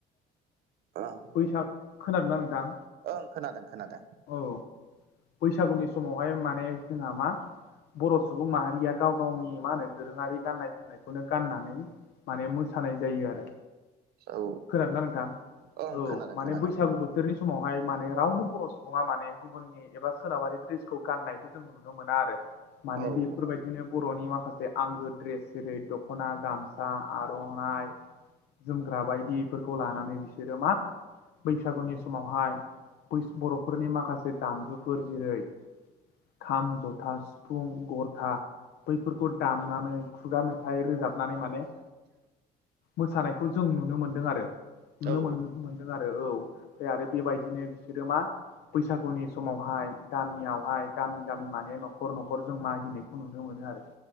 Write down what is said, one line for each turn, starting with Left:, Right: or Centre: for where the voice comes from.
Right: ओं
Left: बैसाागु खोनादों ना नोंथां
Right: ओं खोनादों खोनादों
Left: औ बैसागुनि समावहाय माने जोंहा मा बर' सुबुं माहारिया गाव गावनि मा होनो दोरोङारि गाननाय जोमनायखौनो गाननानै माने मोसानाय जायो आरो
Right: औ
Left: खोनादोंना नोंथां
Right: ओं
Left: औ
Right: खोनादों
Left: माने
Right: खोनादों
Left: बैसागु बोथोरनि समावहाय माने रावबो बर' सुबुङा माने गुबुननि एबा सोनाबारि द्रेसखौ गाननायखौ जों नुनो मोना आरो माने
Right: औ
Left: बेफोरबायदि बिदिनो बर'नि माखासे आंगो ड्रेस जेरै दख'ना गामसा आर'नाइ जोमग्रा बायदिफोरखौ लानानै बिसोरो मा बैसागुनि समावहाय बर' फोरनि माखासे दामजुफोर जेरै खाम जथा फुं गरखा बैफोरखौ दामनानै खुगा मेथाइ रोजाब माने मोसानायखौ जों नुनो मोनदों आरो नुनो
Right: औ
Left: मोन मोनदों आरो औ ओमफ्राय आरो बेबायदिनो बिसोरो मा बैसागुनि समावहाय गामियावहाय गामि गामि माने न'खर न'खर जों मागिनायखौ नुनो मोनो आरो